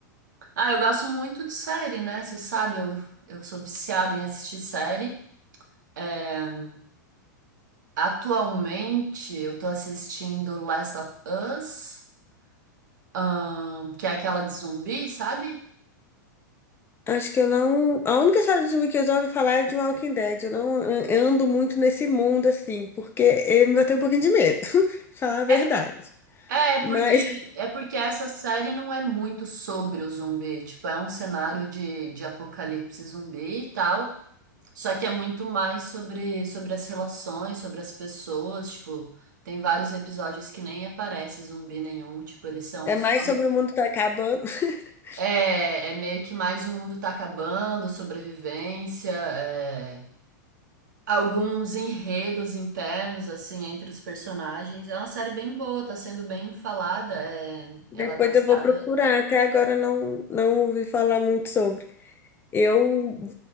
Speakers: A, on the right; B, on the left.
A: Ah, eu gosto muito de série, né? Você sabe, eu, eu sou viciada em assistir série. É, atualmente, eu tô assistindo Last of Us, ahn, que é aquela de zumbi, sabe?
B: Acho que eu não. A única série de filme que eu já ouvi falar é de Walking Dead. Eu não an- eu ando muito nesse mundo, assim, porque eu eu tenho um pouquinho de medo, <laughs> de falar a verdade.
A: É, é é
B: Mas
A: porque, é porque essa série não é muito sobre o zumbi, tipo, é um cenário de, de apocalipse zumbi e tal, só que é muito mais sobre, sobre as relações, sobre as pessoas, tipo, tem vários episódios que nem aparece zumbi nenhum, tipo, eles são
B: é
A: só
B: mais sobre o mundo tá acabando. <laughs>
A: É, é meio que mais o mundo tá acabando, sobrevivência, é, alguns enredos internos, assim, entre os personagens. É uma série bem boa, tá sendo bem falada. é,
B: Depois
A: Ela é baseada.
B: eu vou procurar. Até agora eu não, não ouvi falar muito sobre. Eu